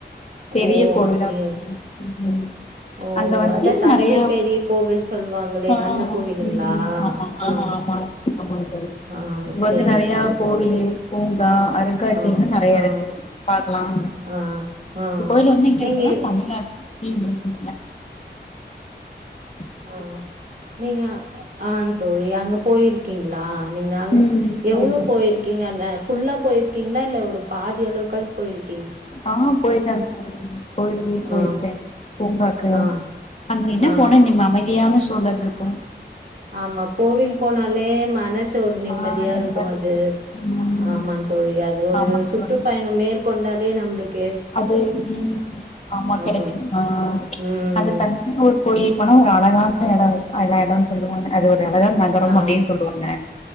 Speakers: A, on the left; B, on the right.
A: பெரிய
B: ஓ
A: கோவிலா
B: அப்படியா
A: இருக்கு
B: அது
A: ம்
B: ஓ
A: அங்க வந்து
B: அதா தஞ்சை
A: நெறைய
B: பெரிய கோவில் சொல்லுவாங்க அடடே
A: ஆ
B: அந்த கோவிலுங்களா
A: ம் ஆமா
B: ஆ
A: ஆமா ஆமாங்க தோழி
B: ஆ
A: இங்க வந்து
B: சேரி
A: நிறைய
B: சேரி
A: கோவில்
B: தோழி
A: பூங்கா அருங்காட்சியெல்லா
B: ஆ
A: நிறைய
B: ஆ
A: இருக்கு பாக்கலாம்
B: ஆ ஆ
A: இந்த கோயில் வந்து எங்க
B: நீங்க
A: இருக்குன்னா தமிழ்நாட்டு ஈ மொச்ச <unintelligible>
B: அ அ நீங்க ஆ தோழி அங்க போயிரிக் கீங்ளா நீங்க அங்க
A: ம் போயிருக்கே
B: எவுளோ போயிருக்கீங்க அந்த ஃபுல் உள்ள போயிருக்கீங்ளா இல்ல ஒரு பாதி அளவுக்காவ்து போய்ரிக்
A: ஆ போய்ட்டங் தூலி கோயில்க்கு உள்யு
B: ஆ
A: போயிருக்கே பூங்காக்கு
B: ஆ
A: அங்கு என்ன
B: ஆ
A: போன நிம் அமைதியான தோல விழுக்கு
B: ஆமா கோவில் போனாலே மனசு ஒரு நிம்மதியா
A: ஆ நிம்மதி
B: இருக்கு அது
A: ம்
B: ஆமங் தோழி அது ஒரு
A: ஆமாங்
B: சுற்றுப்பயண
A: தோழி
B: மேற்கொண் தலே நம்ளுக்
A: அது ம் ஆமா
B: ம்ஹும்
A: கெடக்கு ஆ
B: ம்
A: அது தஞ்சாவூர் கோயில் பொனோ ஒரு அழகான எடொ இருக் அத எடொன் சொல்லுவாங்க அது ஒர் இது அழகான் நகரம்
B: ஆ
A: அப்டின் சொல்லுவாங்க